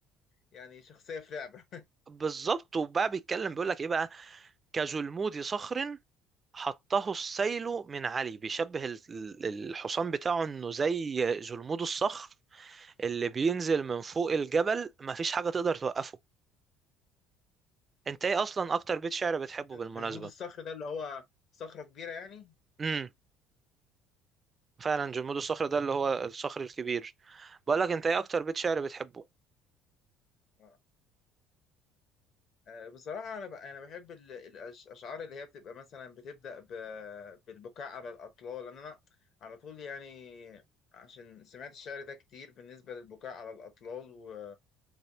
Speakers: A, on the left (about 50°); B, on the right (about 25°).
A: يعني شخصية في لعبة
B: بالظبط وبقى بيتكلم بيقول لك ايه بقى كجلمود صخر حطه السيل من علي بيشبه ال- ال- الحصان بتاعه انه زي جلمود الصخر اللي بينزل من فوق الجبل مفيش حاجة تقدر توقفه انت ايه اصلا اكتر بيت شعر بتحبه
A: <laughs>
B: بالمناسبة
A: المود الصخر ده اللي هو صخرة كبيرة يعني
B: امم فعلا جلمود الصخر ده اللي هو الصخر الكبير بقولك انت ايه اكتر بيت شعر بتحبه
A: آه، آه، بصراحة أنا ب- أنا بحب ال- الأشعار اللي هي بتبقى مثلا بتبدأ ب- بالبكاء على الأطلال لأن أنا على طول يعني عشان سمعت الشعر ده كتير بالنسبة للبكاء على الأطلال و...